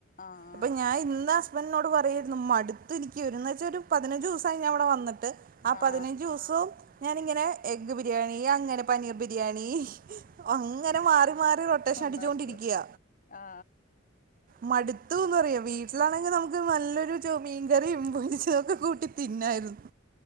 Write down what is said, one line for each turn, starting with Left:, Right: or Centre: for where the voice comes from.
Left: ആഹ്
Right: അപ്പൊ ഞാൻ ഇന്ന് ഹസ്ബൻന്റിനോട് പറയരുന്നു മടുത്ത് എനിക്ക് എന്ന് വെച്ചാ ഒരു പതിനഞ്ചു ദിവസായി ഞാൻ ഇവിടെ വന്നിട്ട് ആഹ്
Left: ആ
Right: പതിനഞ്ച് ദിവസോം ഞാനിങ്ങനെ എഗ്ഗ് ബിരിയാണി അങ്ങനെ പനീർ ബിരിയാണി അങ്ങനെ മാറി മാറി റൊട്ടേഷൻ
Left: ഉണ്ടാക്കും
Right: അടിച്ചൊണ്ടിരിക്ക്യ
Left: ആ
Right: മടുത്തുന്ന് പറയാ വീട്ടിലാണെങ്കി നമ്മക്ക് നല്ലൊരു ചൊ മീൻ കറീം പൊരിച്ചതൊക്കെ കൂട്ടി തിന്നായിരുന്നു